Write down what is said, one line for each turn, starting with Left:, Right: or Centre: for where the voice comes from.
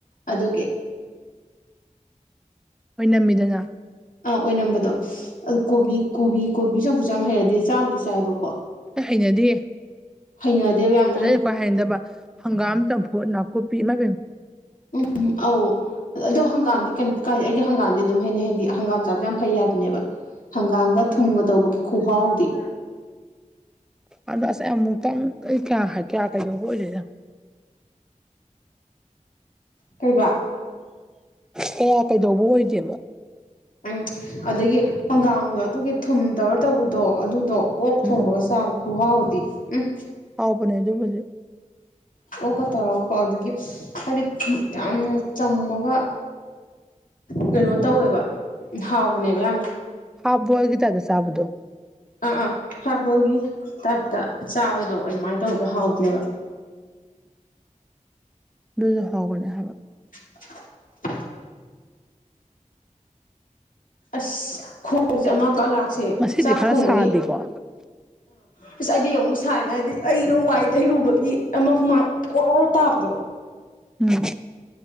Left: ꯑꯗꯨꯒꯤ
Centre: ꯑꯣꯏꯅꯝꯃꯤꯗꯅ
Left: ꯑꯥ ꯑꯣꯏꯅꯝꯕꯗꯣ ꯑꯗꯨ ꯀꯣꯕꯤ ꯀꯣꯕꯤ ꯀꯣꯕꯤ ꯆꯝꯐꯨꯠꯁꯦ ꯌꯥꯝ ꯍꯩꯅꯗꯦ ꯆꯥꯕꯨꯗꯤ ꯆꯥꯏꯌꯦꯕꯀꯣ
Centre: ꯍꯩꯅꯗꯦꯍꯦ
Left: ꯍꯩꯅꯗꯦꯕ ꯌꯥꯝ
Centre: ꯑꯗ ꯑꯩꯅ ꯈ꯭ꯋꯥꯢ ꯍꯩꯅꯗꯕ ꯍꯪꯒꯥꯝ ꯆꯝꯐꯨꯠ ꯅꯥꯀꯨꯄꯤ ꯑꯃ
Left: ꯎꯝ ꯑꯧ ꯑꯗꯣ ꯍꯪꯒꯥꯝꯗꯤ ꯀꯩꯝ ꯀꯥꯏ ꯑꯩꯗꯤ ꯍꯪꯒꯥꯝꯗꯤ ꯑꯗꯨꯝ ꯍꯩꯅꯩ ꯍꯥꯏꯗꯤ ꯍꯪꯒꯥꯝ ꯆꯥꯕꯁꯦ ꯌꯥꯝ ꯐꯩ ꯍꯥꯏꯕꯅꯦꯕ ꯍꯪꯒꯥꯝꯒ
Centre: ꯎꯝ
Left: ꯊꯨꯝꯒ ꯇꯧꯕꯒꯤ ꯈꯨꯍꯥꯎꯗꯤ
Centre: ꯑꯗꯣ ꯑꯁ ꯑꯩ ꯑꯃꯨꯛꯇꯪ ꯑꯩ ꯀꯌꯥ ꯀꯌꯥ ꯀꯩꯗꯧꯕ ꯑꯣꯏꯗꯦꯗ
Left: ꯀꯩꯕꯥ
Centre: ꯀꯌꯥ ꯀꯩꯗꯧꯕ ꯑꯣꯏꯗꯦꯕ
Left: ꯎꯝ ꯑꯗꯒꯤ ꯍꯪꯒꯥꯝꯗ ꯑꯗꯨꯒꯤ ꯊꯨꯝ ꯇꯧꯔ ꯇꯧꯕꯗꯣ ꯑꯗꯨꯗꯣ ꯑꯣꯛ
Centre: ꯎꯝ
Left: ꯊꯣꯡꯕꯒ ꯆꯥꯕ ꯈꯨꯨꯍꯥꯎꯗꯤ ꯎꯝ
Centre: ꯍꯥꯎꯕꯅꯦ ꯑꯗꯨ ꯍꯧꯖꯤꯛ
Left: ꯑꯣꯀ ꯇꯧꯔꯛꯑꯣꯀꯣ ꯑꯗꯨꯗꯒꯤ ꯍꯥꯏꯗꯤ ꯌꯥꯝꯅ ꯆꯝꯃꯒ ꯀꯩꯅꯣ ꯇꯧꯋꯦꯕ ꯍꯥꯎꯕꯅꯦꯕ ꯌꯥꯝꯅ
Centre: ꯍꯥꯥꯎꯐꯕꯣꯜꯒꯤꯗꯑꯒ ꯁꯥꯕꯗꯨ
Left: ꯑꯥ ꯑꯥ ꯍꯥꯞꯕꯒꯤ ꯇꯥꯏꯞꯇ ꯆꯥꯕꯗꯣ ꯑꯗꯨꯃꯥꯏꯅ ꯇꯧꯕꯗ ꯍꯥꯎꯕꯅꯦꯕ
Centre: ꯑꯗꯨꯁꯨ ꯍꯥꯎꯕꯅꯦ ꯍꯥꯏꯕ
Left: <inaudible> ꯑꯁ ꯈꯣꯡꯁꯦ ꯑꯃꯠꯇ ꯂꯥꯛꯁꯦ
Centre: ꯉꯁꯤꯗꯤ
Left: ꯆꯥꯛ
Centre: ꯈꯔ
Left: ꯊꯣꯡꯕꯒꯤ
Centre: <inaudible>
Left: ꯀꯣ ꯑꯩꯗꯤ ꯑꯃꯨꯛ ꯁꯥꯏꯅ ꯍꯥꯏꯗꯤ ꯑꯩ ꯂꯧ ꯂꯥꯛꯏ ꯀꯩꯗꯧꯕꯒꯤ ꯑꯩꯅ ꯍꯨꯃꯥꯡ ꯑꯣꯔꯣ ꯇꯥꯕꯗꯣ
Centre: ꯎꯝ